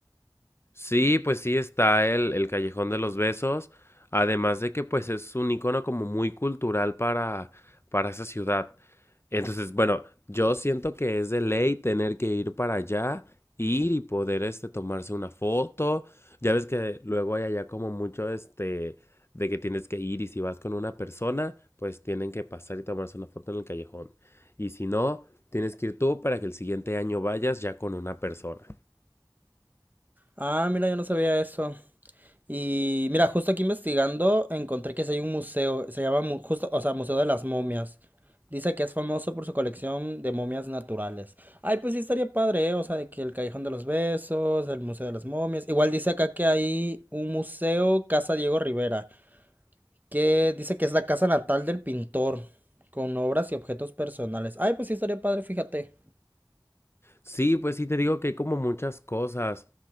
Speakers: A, on the left (about 30°); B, on the right (about 20°).
A: Sí, pues sí está el, el Callejón de los Besos, además de que pues es un icono como muy cultural para, para esa ciudad. Entonces, bueno, yo siento que es de ley tener que ir para allá, ir y poder este tomarse una foto. Ya ves que luego hay allá como mucho este de que tienes que ir y si vas con una persona, pues tienen que pasar y tomarse una foto en el callejón. Y si no, tienes que ir tú para que el siguiente año vayas ya con una persona.
B: Ah, mira, yo no sabía eso. Y mira, justo aquí investigando encontré que sí hay un museo, se llama mu- justo, o sea, Museo de las Momias. Dice que es famoso por su colección de momias naturales. Ay, pues sí estaría padre, ¿eh? O sea, de que el Callejón de los Besos, el Museo de las Momias. Igual dice acá que hay un museo Casa Diego Rivera, que dice que es la casa natal del pintor, con obras y objetos personales. Ay, pues sí estaría padre, fíjate.
A: Sí, pues sí, te digo que hay como muchas cosas.